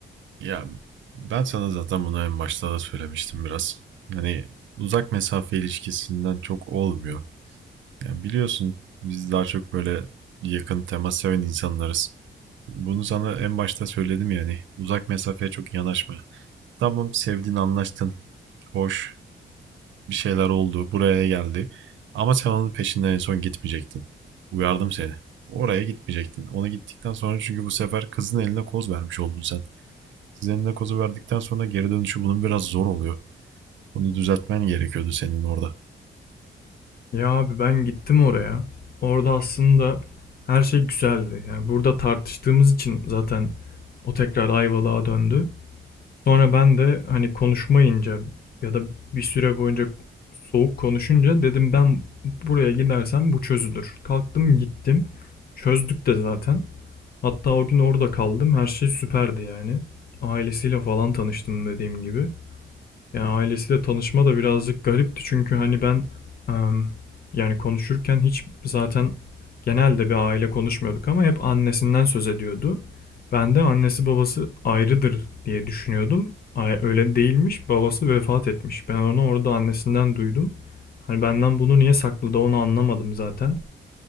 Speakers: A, on the right; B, on the left.
A: Ya ben sana zaten bunu en başta da söylemiştim biraz. Hani uzak mesafe ilişkisinden çok olmuyor. Yani biliyorsun biz daha çok böyle yakın temas seven insanlarız. Bunu sana en başta söyledim yani. Uzak mesafeye çok yanaşma. Tamam sevdin anlaştın. Hoş bir şeyler oldu buraya geldi. Ama sen onun peşinden en son gitmeyecektin. Uyardım seni. Oraya gitmeyecektin. Ona gittikten sonra çünkü bu sefer kızın eline koz vermiş oldun sen. Zendakos'u verdikten sonra geri dönüşü bunun biraz zor oluyor. Bunu düzeltmen gerekiyordu senin orada.
B: Ya abi ben gittim oraya. Orada aslında her şey güzeldi. Yani burada tartıştığımız için zaten o tekrar Ayvalık'a döndü. Sonra ben de hani konuşmayınca ya da bir süre boyunca soğuk konuşunca dedim ben buraya gidersem bu çözülür. Kalktım gittim. Çözdük de zaten. Hatta o gün orada kaldım. Her şey süperdi yani. Ailesiyle falan tanıştım dediğim gibi. Ya ailesiyle tanışma da birazcık garipti çünkü hani ben em, yani konuşurken hiç zaten genelde bir aile konuşmuyorduk ama hep annesinden söz ediyordu. Ben de annesi babası ayrıdır diye düşünüyordum. Ay- Öyle değilmiş. Babası vefat etmiş. Ben onu orada annesinden duydum. Hani benden bunu niye sakladı onu anlamadım zaten.